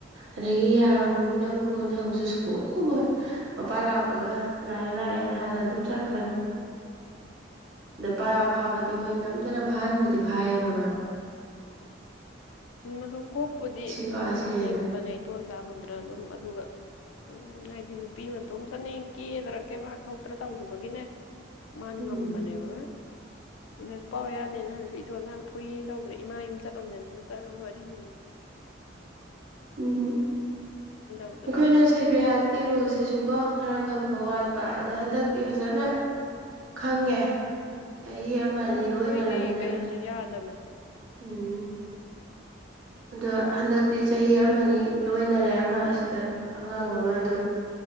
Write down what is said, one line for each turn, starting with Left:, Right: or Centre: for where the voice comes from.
Right: ꯑꯗꯒꯤ ꯌꯥꯔꯕꯣꯅꯤ ꯅꯪꯕꯨ ꯅ ꯍꯪꯁꯨ ꯁꯨꯈꯨꯝꯃ ꯈꯨꯝꯃꯣꯏ ꯃꯄꯥꯥꯟ ꯂꯥꯛꯄꯒ ꯂꯥꯛꯑꯦ ꯂꯥꯛꯑꯦꯅ ꯍꯥꯏꯔ ꯑꯗꯨꯝ ꯆꯠꯈ꯭ꯔꯅꯤ ꯑꯗ ꯄꯔꯥ ꯐꯥꯕꯗꯤ ꯍꯣꯏ ꯅꯝꯗꯅ ꯐꯥꯍꯟꯕꯗꯤ ꯐꯥꯏꯌꯦꯕ ꯑꯃ
Left: ꯎꯝ ꯑꯗꯨ ꯀꯣꯛꯄꯨꯗꯤ
Right: ꯄꯥꯁꯦꯅ
Left: ꯎꯝ ꯂꯤꯡꯕꯅꯦ ꯏꯇꯣꯟ ꯆꯆꯥ ꯂꯧꯗꯅ ꯑꯗꯨꯝ ꯑꯗꯨꯒ ꯎꯝ ꯍꯥꯏ ꯅꯨꯄꯤ ꯃꯇꯣꯝꯇꯅꯦ ꯀꯦꯗ꯭ꯔ ꯀꯩꯕꯥꯥꯛ ꯊꯣꯛꯇ꯭ꯔꯥ ꯇꯧꯔꯨꯕꯒꯤꯅꯦ ꯃꯥꯅꯒꯝꯕꯅꯦꯕꯔ
Right: ꯎꯝ
Left: ꯍꯗ ꯄꯥꯎ ꯌꯥꯅꯤꯅ ꯍꯟꯁꯨ ꯏꯇꯣꯜ ꯅ ꯍꯥꯟꯅ ꯐꯨꯏꯌꯦ ꯇꯧꯗ꯭ꯔ ꯏꯃꯥ ꯌꯨꯝ ꯆꯠꯂꯝꯃꯦꯅ ꯀꯔ ꯃꯔꯤꯒꯤꯅꯤ
Right: ꯎꯝ
Left: ꯇꯧꯗꯅ
Right: ꯑꯩꯈꯣꯏꯅ ꯁꯦꯒ꯭ꯔꯤꯍꯠꯀꯤ ꯔꯨꯜꯁꯤꯁꯨꯀꯣ ꯈꯔ ꯈꯪꯕ ꯋꯥꯠꯄ ꯑꯗꯣ ꯍꯟꯗꯛꯇꯤ ꯐꯖꯅ ꯈꯪꯉꯦ ꯆꯍꯤ ꯑꯃꯅꯤꯅꯤ
Left: ꯎꯝ
Right: ꯂꯣꯏꯅꯔꯃꯤꯅ
Left: ꯃꯣꯏꯒꯤ ꯀꯩꯁꯤ ꯌꯥꯗꯝꯃꯦ
Right: ꯎꯝ ꯑꯗꯣ ꯍꯟꯗꯛꯇꯤ ꯆꯍꯤ ꯑꯃꯅꯤ ꯂꯣꯏꯅꯔꯦ ꯑꯃ ꯑꯁꯤꯗ ꯑꯉꯥꯡ ꯑꯃꯗꯣ